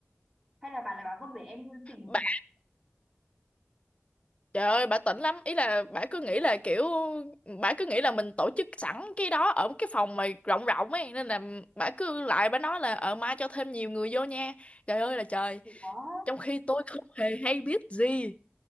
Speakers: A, on the right; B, on the left.
A: hay là bà là bà vâng để em tìm
B: bà trời ơi bà tỉnh lắm ý là bà cứ nghĩ là kiểu bà cứ nghĩ là mình tổ chức sẵn cái đó ở cái phòng mà rộng rộng ấy nên là bà cứ lại bà nói là ờ mai cho thêm nhiều người vô nha trời ơi là trời
A: Ủa
B: trong khi tôi không hề hay biết gì